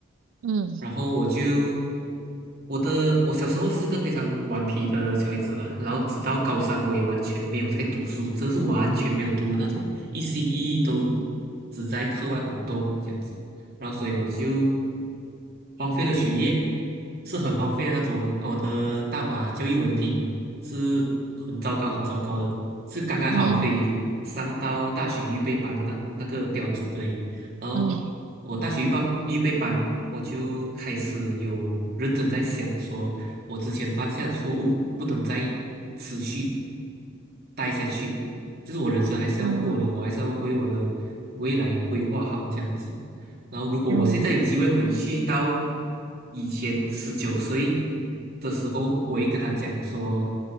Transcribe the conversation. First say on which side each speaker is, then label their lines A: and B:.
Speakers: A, on the right; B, on the right.
A: 嗯
B: 然后我就我的我小时候是个非常顽皮的小孩子嘛，然后直到高三我也完全没有在读书，真的是完全没有读的那种，一心一意都只在课外活动这样子，然后所以我就荒废了学业，是很荒废的那种。我的大马教育文凭是很糟糕很糟糕的，是刚刚好可以上到大学预备班的那那个标准而已。
A: 嗯
B: 然后
A: 嗯
B: 我大学预报预备班，我就开始有认真在想说，我之前犯下的错误不能再持续待下去的，就是我人生还是要过的，
A: 嗯
B: 我还是要为我的未来规划好这样子。然后，如果我现在有机会回去到
A: 嗯
B: 以前十九岁的时候，我会跟他讲说，